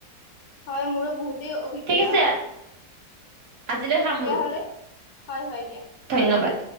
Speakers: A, on the left; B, on the right.
A: হয় মোৰো বহুতেই অভিজ্ঞতা
B: ঠিক আছে
A: হল।
B: আজিলৈ সামৰো
A: দিয়া হ'লে, হয় হয় দিয়া
B: ধন্যবাদ।
A: বিদায়